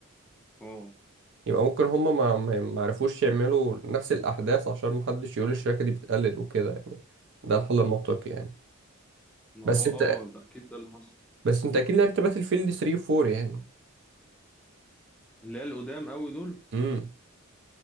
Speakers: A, in the centre; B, on the right (about 55°).
A: اه
B: يبقى ممكن هما ما ما ما عرفوش يعملوا نفس الأحداث عشان محدش يقول الشركة دي بتقلد وكده يعني ده الحل المنطقي يعني
A: ما
B: بس
A: هو اه
B: انت
A: ده أكيد ده اللي حصل
B: بس انت اكيد لعبت باتل فيلد 3 و 4 يعني
A: اللي هي القدام قوي دول
B: امم